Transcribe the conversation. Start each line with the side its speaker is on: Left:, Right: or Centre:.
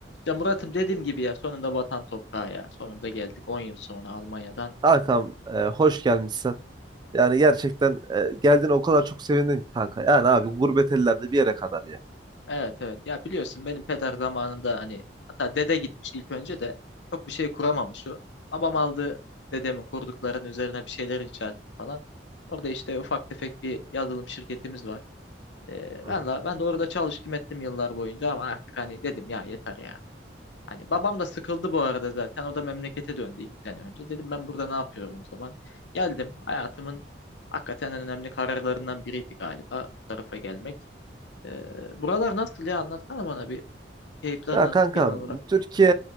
Left: Ya Murat'ım dediğim gibi ya sonunda vatan toprağı ya. Sonunda geldik 10 yıl sonra Almanya'dan.
Right: Kankam e, hoş gelmişsin. Yani gerçekten e, geldiğine o kadar çok sevindim ki kanka. Yani abi gurbet ellerde bir yere kadar ya.
Left: Evet evet. Ya biliyorsun benim peder zamanında hani hatta dede gitmiş ilk önce de çok bir şey kuramamış o. Babam aldı dedemin kurduklarının üzerine bir şeyler inşa etti falan. Orada işte ufak tefek bir yazılım şirketimiz var. Ee,
Right: Hı.
Left: ben, la, ben de orada çalıştım ettim yıllar boyunca ama artık hani dedim ya yeter ya. Hani babam da sıkıldı bu arada zaten. O da memlekete döndü iki sene önce. Dedim ben burada ne yapıyorum o zaman? Geldim. Hayatımın hakikaten en önemli kararlarından biriydi galiba bu tarafa gelmek. Ee, buralar nasıl ya? Anlatsana bana bir. Keyifler
Right: Ya
Left: nasıl
Right: kankam
Left: genel olarak?
Right: Türkiye